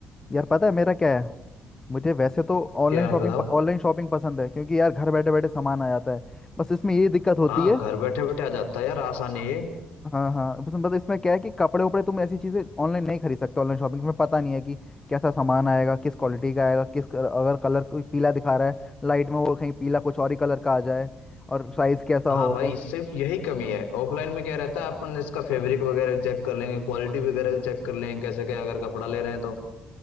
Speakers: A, on the left; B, on the left.
A: यार पता है मेरा क्या है मुझे वैसे तो ऑनलाइन
B: क्या
A: शॉपिंग
B: है बताओ
A: ऑनलाइन शॉपिंग पसंद है क्योंकि यार घर बैठे बैठे सामान आ जाता है बस इसमें ये दिक्कत होती
B: हाँ
A: है
B: घर बैठे बैठे आ जाता है यार आसान है ये
A: हाँ हाँ बस बस इसमें क्या है कि कपड़े उपड़े तुम ऐसी चीज़ें ऑनलाइन नहीं खरीद सकते ऑनलाइन शॉपिंग में पता नहीं है कि कैसा सामान आएगा किस क्वालिटी का आएगा किस अगर कलर कोई पीला दिखा रहा है लाइट में वो कहीं पीला कुछ और ही कलर का आ जाए और साइज कैसा
B: हाँ
A: हो
B: भाई
A: बस
B: सिर्फ यही कमी है ऑफलाइन में क्या रहता है अपन इसका फैब्रिक वगैरह चेक कर लेंगे क्वालिटी वगैरह भी चेक कर लेंगे कैसे क्या अगर कपड़ा ले रहे हैं तो